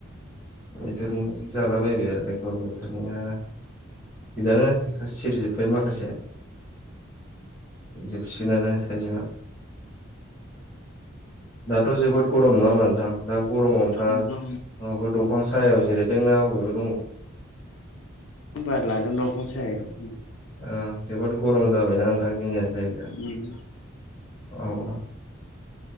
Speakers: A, on the left; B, on the left.
A: बेफोरनो जालाबायबाय आरो गरम बोथोरनिया बिदिनो सिरिजोब्बाय माखासे। जोबसिगोन आनो थारजौआ। दाथ' जोबोद गरम नङा होनबा नोथां दा गरमाव नोंथां
B: नंगौ
A: आं माबाफोर दंफां सायाव जिरायदोंना आबेयाव दङ?
B: बार लादों दंफां सायाव।
A: ओ जोबोद गरम जाबायना नोंथां जोंनिया जायगाया।
B: उम
A: औ